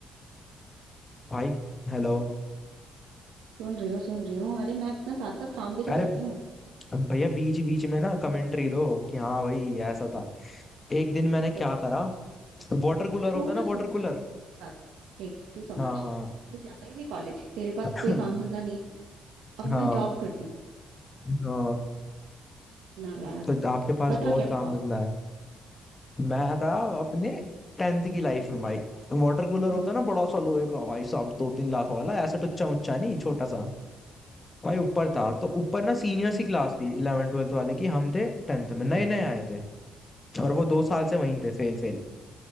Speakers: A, on the left; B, on the right.
A: भाई हेलो
B: सुन रही हूँ सुन रही हूँ अरे मैं अपना साथ साथ काम भी तो
A: अरे
B: कर रही हूँ तो
A: भैया बीच बीच में ना कमेंट्री दो कि हाँ भाई ऐसा था एक दिन मैंने क्या
B: तुम इतना
A: करा
B: परेशान मत होना।
A: वाटर कूलर
B: तू
A: होता है
B: ना
A: ना
B: सुन
A: वाटर
B: सुन
A: कूलर
B: बताती हूँ। देख तू समझ
A: हाँ हाँ
B: तू जाता है अभी कॉलेज तेरे
A: <clears throat>
B: पास कोई काम धंधा
A: <laughs>
B: नहीं है और
A: हाँ
B: मैं जॉब करती
A: हाँ
B: हूँ नालायक
A: तो आपके पास
B: बता
A: बहुत
B: क्या
A: काम
B: हुआ
A: धंधा है मैं था अपने टेंथ की लाइफ में भाई वाटर कूलर होता
B: हम्म
A: है ना बड़ा सा लोहे का भाई साहब दो तीन लाख वाला ऐसा टुच्चा मुच्चा नहीं छोटा सा भाई ऊपर था तो ऊपर ना सीनियर्स की क्लास थी इलेवन ट्वेल्थ वाले की हम थे टेंथ में नए नए आए थे और वो दो साल से वहीं थे फेल फेल